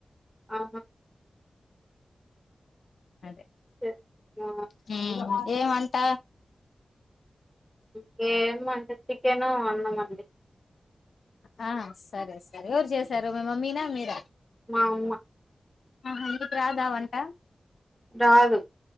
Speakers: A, in the centre; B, on the left (about 80°).
A: ఆహా
B: అదే
A: సరే. ఆ,
B: హు ఏమంట
A: ఇంకేమ అంటే చికెన్ అన్నాం అండి
B: ఆ సరే సరే ఎవరు చేసారు మీ మమ్మీనా మీరా
A: మా అమ్మ
B: ఆహా మీకు రాదా వంట.
A: రాదు